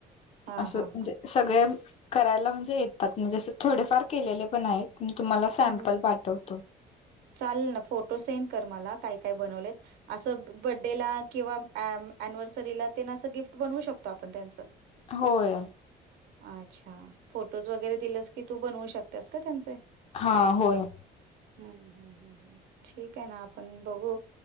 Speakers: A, on the right; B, on the left.
A: हा
B: असं
A: हा
B: म्हणजे
A: हा
B: सगळे करायला म्हणजे येतात म्हणजे अस थोडेफार केलेले पण आहेत. मी तुम्हाला सॅम्पल
A: हम्म हम्म
B: पाठवतो.
A: चालेल ना फोटो सेंड कर मला काय काय बनवलेत असं बड्डेला किंवा अम ॲनिव्हर्सरीला ते ना असं गिफ्ट बनवू शकतो आपण त्यांचं
B: होय
A: अच्छा फोटोज वगैरे दिलस की तू बनवू शकतियास काय त्यांचे
B: हा होय
A: हं हं हं. हं हं. ठीक आहे ना आपण बघू